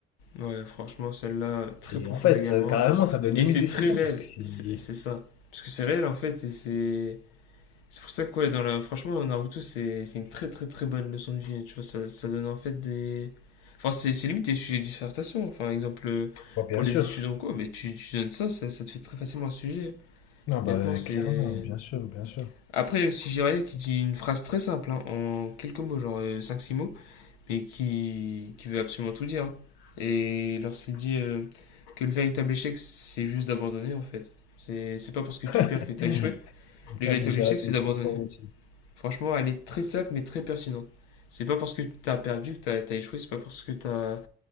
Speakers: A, on the left; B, on the left.
A: Ouais, franchement, celle-là, très
B: C'est,
A: profonde
B: en fait,
A: également.
B: ça- carrément, ça donne
A: Et
B: limite
A: c'est
B: des
A: très
B: frissons
A: réel,
B: parce que c'est.
A: c'est c'est ça. Parce que c'est réel en fait, et c'est c'est pour ça que, ouais, dans la... franchement, dans Naruto, c'est c'est une très très très bonne leçon de vie. Tu vois, ça, ça donne en fait des. Enfin, c'est c'est limite des sujets de dissertation. Enfin, exemple, euh,
B: Bah, bien
A: pour
B: sûr.
A: les études en cours, mais tu, tu donnes ça, ça, ça te fait très facilement un sujet.
B: Non, bah,
A: Honnêtement, c'est.
B: clairement, bien sûr, bien sûr.
A: Après, aussi, Jiraiya qui dit une phrase très simple, hein, en quelques mots, genre euh, cinq six mots. mais qui, qui veut absolument tout dire. hein. Et lorsqu'il dit euh, que le véritable échec, c'est juste d'abandonner, en fait. C'est c'est pas parce que tu perds
B: <laughs>
A: que t'as échoué. Le
B: Non,
A: véritable
B: mais Gérald,
A: échec, c'est
B: il
A: d'abandonner.
B: est trop fort aussi.
A: Franchement, elle est très simple, mais très pertinente. C'est pas parce que t'as perdu que t'as t'as échoué, c'est pas parce que t'as